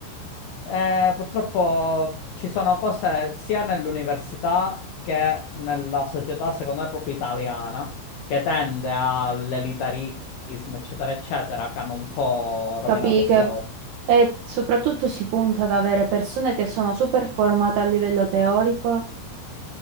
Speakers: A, on the left; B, on the right.
A: eh, purtroppo ci sono cose sia nell'università che nella società, secondo me, proprio italiana, che tende all'elitarismo, eccetera, eccetera, che hanno un po' rovinato
B: capì
A: sta
B: che
A: roba.
B: e soprattutto si punta ad avere persone che sono super formate a livello teorico